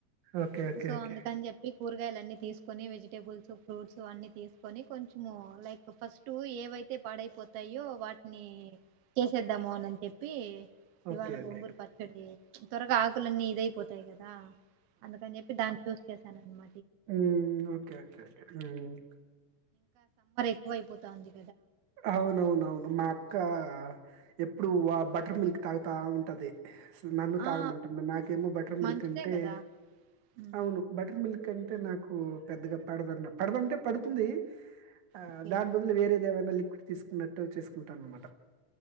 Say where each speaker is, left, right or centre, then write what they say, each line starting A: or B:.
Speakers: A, on the right; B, on the right.
A: ఓకే ఓకే
B: సో
A: ఓకే
B: అందుకని చెప్పి కూరగాయలు అన్నీ తీసుకొని వెజిటేబుల్స్ ఫ్రూట్స్ అన్నీ తీసుకొని కొంచెము లైక్ ఫస్ట్ ఏవైతే పాడైపోతాయో వాటిని ద్దమోనని చెప్పి ఇవాళ
A: ఓకే ఓకే
B: గోంగూర పచ్చడి త్వరగా ఆకులన్నీ ఇదైపోతాయి కదా అందుకని చెప్పి దాన్ని చూస్ చెస్ అన్నమాట
A: మ్ ఓకే ఓకేే మ్
B: ఎక్కువైయపోతుంది
A: అవునవునవును మా అక్క ఎప్పుడు ఆ బటర్ మిల్క్ తాగుతా ఉంటుది నన్ను తాగమంటంది
B: ఆ
A: నాకేమో బటర్ మిల్క్
B: మంచిదే
A: అంటే
B: కదా ఉమ్,
A: అవును బటర్ మిల్క్ ఎందుకంటే నాకు పెద్దగా పడద పడదంటే పడుతుంది ఆ
B: ఓకే
A: దాని బదులు వేర దేవనాలి ఒకాటి తీసుకున్నట్టు చేసుకుంటాన అన్నమాట